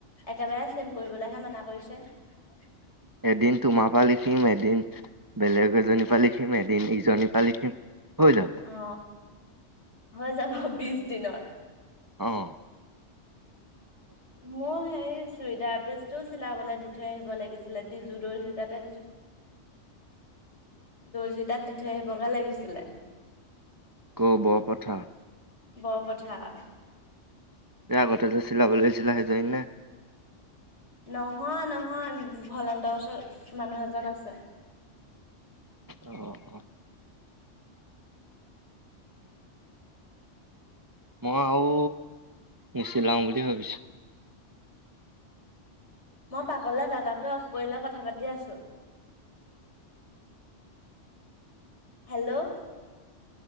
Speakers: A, on the left; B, on the right.
A: একেবাৰে চেম কৰিবলেহে মান কৰিছে <unintelligible>
B: এদিন তোমাৰ পৰা লিখিম এদিন বেলেগ এজনীৰ পৰা লিখিম এদিন ইজনীৰ পৰা লিখিম। হৈ যাব।
A: অ হৈ যাবা বিছ দিনৰ।
B: আহঁ
A: মোৰ হে চুৰিদাৰ পিচটোও চিলাবলৈ দি থৈ আহিব লাগিছিলে ডিজু দৰ্জী তাতে। দৰ্জিতাত দি থৈ আহিবগে লাগিছিলে।
B: কৰ বৰপথাৰ।
A: বৰপথাৰ
B: এই আগতে যে চিলাব দিছিলা সেইজনি নে
A: নহয় নহয় ভলন্তৰ ওচৰত মানুহ এজন আছে।
B: আহ অ মই আৰু নিছিলাও বুলি ভাবিছো
A: মই পাগলে দাদাটো অফ কৰি লৈ কথা পাতি আছো। Hello